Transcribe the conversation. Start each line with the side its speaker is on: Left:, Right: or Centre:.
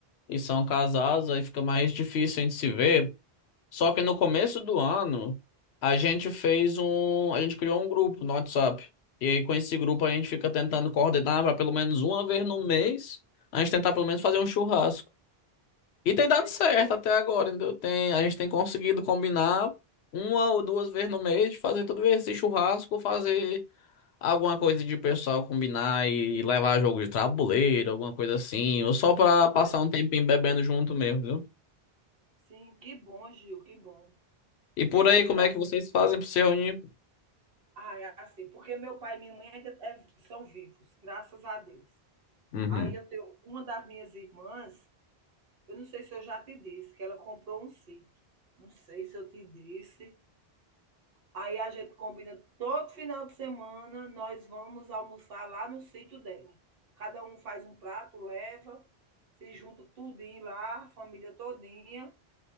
Left: e são casados, aí fica mais difícil a gente se ver. Só que no começo do ano, a gente fez um. A gente criou um grupo no WhatsApp. E aí, com esse grupo, a gente fica tentando coordenar para pelo menos uma vez no mês, a gente tentar pelo menos fazer um churrasco. E tem
Right: Sei
Left: dado certo
Right: como.
Left: até agora, entendeu? Tem, a gente tem conseguido combinar uma ou duas vezes no mês, de fazer todo esse churrasco, fazer alguma coisa de pessoal combinar e levar jogo de tabuleiro, alguma coisa assim, ou só para passar
Right: Ai,
Left: um tempinho bebendo junto mesmo, viu?
Right: sim, que bom, Gil, que bom.
Left: E por
Right: Eu
Left: aí,
Right: aqui
Left: como
Right: assim,
Left: é que vocês fazem para se reunir?
Right: ah, é assim, porque meu pai e minha mãe ainda é- são vivos, graças a Deus.
Left: Uhum.
Right: Aí eu tenho uma das minhas irmãs, eu não sei se eu já te disse, que ela comprou um sítio. Não sei se eu te disse. Aí a gente combina todo final de semana, nós vamos almoçar lá no sítio dela. Cada um faz um prato, leva, se junta tudinho lá, a família todinha.